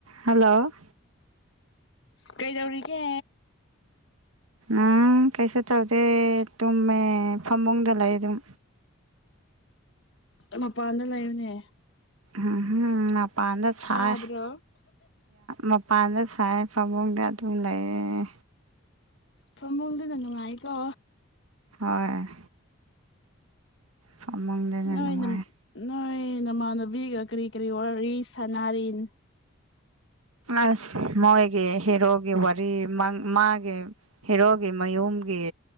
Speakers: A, on the right; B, on the left.
A: hello
B: ꯀꯩꯗꯧꯔꯤꯒꯦ
A: ꯎꯝ ꯀꯩꯁꯨ ꯇꯧꯗꯦ ꯇꯨꯝꯃꯦ ꯐꯝꯕꯨꯡꯗ ꯂꯩ ꯑꯗꯨꯝ
B: ꯃꯄꯥꯟꯗ ꯂꯩꯌꯨꯅꯦ
A: ꯎꯝꯝ ꯃꯄꯥꯟꯗ ꯁꯥꯏ
B: ꯁꯥꯗ꯭ꯔꯣ
A: ꯃꯄꯥꯟꯗ ꯇꯥꯏ ꯄꯕꯣꯛꯗ ꯇꯃꯤ ꯂꯩꯌꯦ
B: ꯄꯃꯨꯗꯨꯗ ꯅꯨꯡꯉꯥꯏꯀꯣ
A: ꯍꯣꯏ ꯐꯃꯥꯡꯗꯅ
B: ꯅꯣꯏꯅ
A: ꯅꯨꯡꯉꯥꯏ
B: ꯅꯣꯏ ꯅꯃꯥꯟꯅꯕꯤꯒ ꯀꯔꯤ ꯀꯔꯤ ꯋꯥꯔꯤꯂꯤ ꯁꯥꯟꯅꯥꯔꯤꯟ
A: ꯑꯁ ꯃꯣꯏꯒꯤ ꯍꯤꯔꯣꯒꯤ ꯋꯥꯔꯤ ꯃꯥꯒꯤ ꯍꯤꯔꯣꯒꯤ ꯃꯌꯨꯝ ꯒꯤ